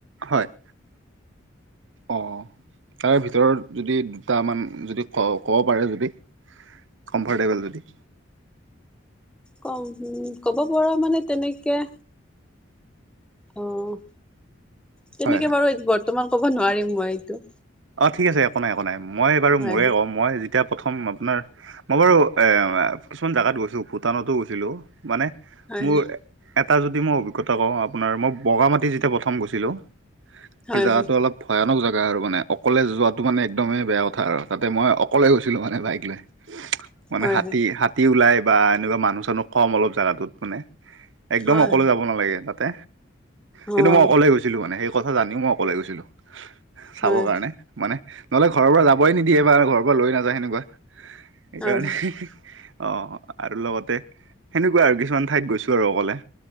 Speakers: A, on the right (about 70°); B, in the centre.
A: হয়', অ',। তাৰে ভিতৰত যদি দুটামান যদি ক'- ক'ব পাৰে যদি। কমফৰ্টেবল যদি।
B: ক'- ক'ব পৰা মানে তেনেকে। অ', তেনেকে
A: হয় হয়
B: বাৰু এই বৰ্তমান ক'ব নোৱাৰিম মই এইটো।
A: অ', ঠিক আছে একো নাই- একো নাই মই বাৰু
B: হয়
A: মোৰে কওঁ মই যেতিয়া প্ৰথম আপোনাৰ মই বাৰু এ' কিছুমান জাগাত গৈছো, ভূটানতো গৈছিলোঁ। মানে
B: হয়
A: মোৰ এটা যদি মই অভিজ্ঞতা কওঁ, আপোনাৰ মই বগা মাটি যেতিয়া প্ৰথম গৈছিলোঁ।
B: হয়
A: এই জেগাটো
B: হয়
A: অলপ ভয়ানক জেগা আৰু মানে। অকলে যোৱাটো মানে একদমেই বেয়া কথা আৰু তাতে মই অকলে গৈছিলোঁ মানে বাইক লৈ। মানে
B: হয়
A: হাতী-
B: হয়
A: হাতী ওলাই বা এনেকুৱা মানুহ-চানুহ কম অলপ জাগাটোত মানে। একদম
B: হয়
A: অকলে যাব নালাগে তাতে,
B: হয়
A: কিন্তু মই অকলে গৈছো। ছিলোঁ মানে হেই কথা জানিও মই অকলে গৈছিলোঁ চাব
B: হয়
A: কাৰণে। মানে নহ'লে ঘৰৰ পৰা যাবই নিদিয়ে বা ঘৰৰ পৰা লৈ নাযায় সেনেকুৱা। সেইকাৰণে
B: হয়
A: অ', আৰু লগতে সেনেকুৱা আৰু কিছুমান ঠাইত গৈছো আৰু অকলে।